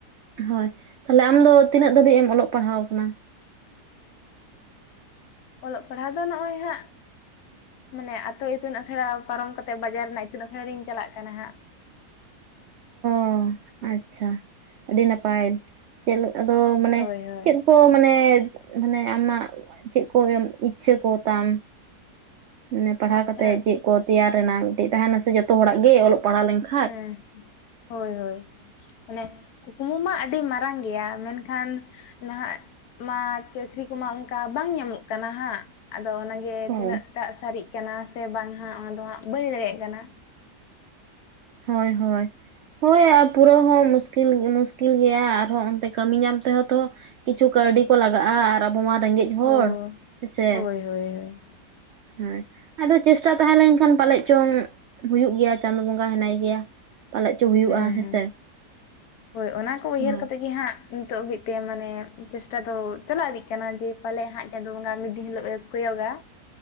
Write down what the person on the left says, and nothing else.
ᱚᱞᱚᱜ ᱯᱟᱲᱦᱟᱣᱼᱟ ᱫᱚ ᱱᱚᱜᱼᱚᱭ ᱦᱟᱸᱜ ᱢᱟᱱᱮ ᱟᱛᱳ ᱤᱛᱩᱱᱟ ᱟᱥᱲᱟᱹ ᱯᱟᱨᱚᱢ ᱠᱟᱛᱮᱼᱜ ᱵᱟᱡᱟᱨ ᱨᱮᱱᱟᱼᱜ ᱤᱛᱩᱱᱟᱹᱜᱥᱲᱟ ᱨᱤᱧ ᱪᱟᱞᱟᱜᱼᱟ ᱠᱟᱱᱟ ᱦᱟᱸᱜ
ᱦᱳᱭ ᱦᱳᱭ
ᱦᱮᱸ
ᱦᱮᱸ ᱦᱳᱭᱸ ᱦᱳᱭᱸ ᱢᱟᱱᱮ ᱠᱩᱠᱢᱩ ᱢᱟ ᱟᱹᱰᱤ ᱢᱟᱨᱟᱝ ᱜᱮᱼᱭᱟ ᱢᱮᱱ ᱠᱷᱟᱱ ᱱᱟᱷᱟᱼᱜ ᱢᱟ ᱪᱟᱹᱠᱨᱤ ᱠᱚ ᱢᱟᱹ ᱚᱱᱠᱟ ᱵᱟᱝ ᱧᱟᱢᱚᱼᱜ ᱠᱟᱱᱟ ᱦᱟᱸᱜ ᱟᱼᱫᱚ ᱚᱱᱟᱼᱜ ᱜᱮ
ᱛᱤᱱᱟᱹᱜ ᱫᱟᱜ ᱥᱟᱹᱨᱤᱜ ᱠᱟᱱᱟ ᱥᱮ ᱵᱟᱝ ᱦᱟᱜᱸ ᱚᱱᱟ ᱫᱚ ᱦᱟᱸᱜ ᱵᱟᱹᱧ ᱫᱟᱲᱮᱭᱟᱼᱜ ᱠᱟᱱᱟ
ᱦᱳ
ᱦᱳᱭ ᱦᱳᱭ ᱦᱳᱭ ᱦᱮᱸ
ᱦᱮᱸ
ᱦᱮᱸ ᱦᱳᱭᱸ ᱚᱱᱟᱹ ᱠᱚ ᱩᱭᱦᱟᱹᱨ
ᱠᱟᱹᱛᱮ ᱜᱮ ᱦᱟᱼᱜ ᱱᱤᱛᱚᱼᱜ ᱦᱟᱹᱵᱤᱡ ᱛᱮ ᱢᱟᱹᱱᱮ ᱪᱮᱥᱴᱟ ᱫᱚ ᱪᱟᱞᱟᱼᱣ ᱤᱫᱤᱜ ᱠᱟᱱᱟ ᱡᱮ ᱯᱟᱞᱮ ᱦᱟᱸᱜ ᱪᱟᱸᱫᱳ ᱵᱚᱸᱜᱟ ᱢᱤᱫ ᱫᱤᱱ ᱦᱤᱞᱳᱜ ᱮ ᱠᱚᱭᱚᱜᱼᱟ